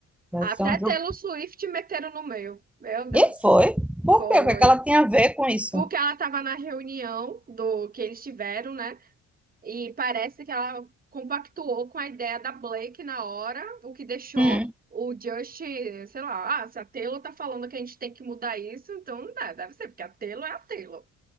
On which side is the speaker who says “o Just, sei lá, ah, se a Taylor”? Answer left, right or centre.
Right